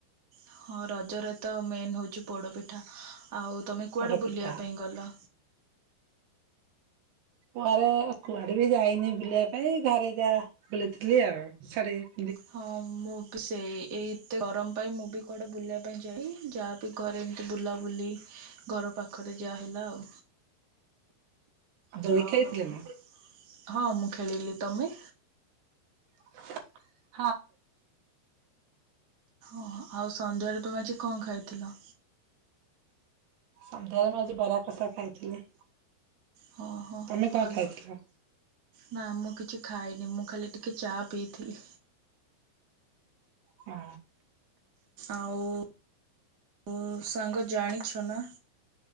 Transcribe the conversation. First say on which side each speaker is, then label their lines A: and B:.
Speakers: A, on the right; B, on the right.
A: ହଁ ରଜରେ ତ ମେନ୍ ହେଉଛି ପୋଡ଼ପିଠା ଆଉ ତମେ କୁଆଡ଼େ
B: ପୋଡ
A: ବୁଲିବା
B: ପିଠା
A: ପାଇଁ ଗଲ?
B: ପୁଆରେ କୁଆଡେ ବି ଯାଇନି ବୁଲିବା ପାଇଁ ଘରେ ଯା ବୁଲିଥିଲି ଆଉ ଶଡେଇ
A: ହଁ ମୁଁ ବି ସେଇ ଏଇଏତେ ଗରମ ପାଇଁ ମୁଁ ବି କୁଆଡେ ବୁଲିବା ପାଇଁ ଯାଇ ଯାହାବି ଘରେ ଏମିତି ବୁଲାବୁଲି ଘର ପାଖରେ ଯାହାହେଲା ଆଉ।
B: ଦୋଳି
A: ଆଉ
B: ଖେଳିଥିଲେ
A: ଟିକେ
B: ନା?
A: ହଁ ମୁଁ ଖେଳିଲି ତମେ?
B: <inaudible>
A: <inaudible> ଆଉ ସନ୍ଧ୍ୟାରେ ତୁମେ ଆଜି କଂ ଖାଇଥିଲ?
B: ସନ୍ଧ୍ୟାଳେ ମୁଁ ଆଜି ବରା କସା ଖାଇଥିଲି।
A: ହଁ ହଁ
B: ତମେ କଣ
A: ଭଲ।
B: ଖାଇଥିଲ?
A: ନା ମୁଁ କିଛି ଖାଇନି ମୁଁ ଖାଲି ଟିକେ ଚା ପିଇଥିଲି।
B: ହଁ।
A: ଆଉ ଓ ସାଙ୍ଗ ଜାଣିଛ ନା